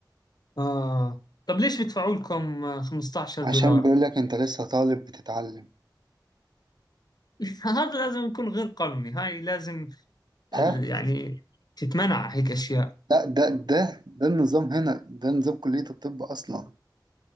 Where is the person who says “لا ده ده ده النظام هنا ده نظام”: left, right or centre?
Right